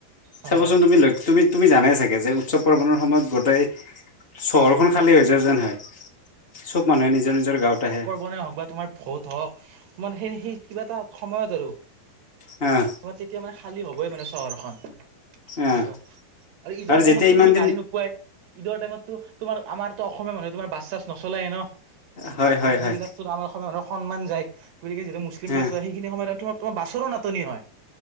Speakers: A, on the left; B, on the right.
A: চাবচোন
B: হয় হয়
A: তুমি ল তুমি তুমি জানাই চাগে যে উৎসৱ পাৰ্ৱনৰৰ সময়ত গোটেই চহৰখন খালী হৈ যোৱা যেন হয় চব মানুহে নিজৰ নিজৰ গাঁৱত আহে।
B: হওঁক বা তোমাৰ ভোট হওঁক তোমাৰ সেই সেই কিবা এটা সময়ত আৰু।
A: অ'।
B: তেতিয়া খালী হ'ব মানে চহৰখন সেনেকুৱা
A: আহ
B: আৰু ঈদৰ টাইমত
A: যেতিয়া ইমান
B: তুমি
A: দিন
B: গাড়ী নো পোৱাই ঈদৰ টাইমতো তোমাৰ আমাৰটো অসমীয়া মানুহে তোমাৰ বাছ চাছ নচলায়ে নহ!
A: হয়
B: আমাৰ
A: হয়
B: সেইবিলাকতো
A: হয়
B: আমাৰ অসমীয়া মানুহৰ সন্মান যায় গতিকে যিহেতু মুছলিম
A: হা
B: ব্যস্ত হয় সেইখিনি সময়ত তোমাৰ বাছৰৌ নাটনি হয়।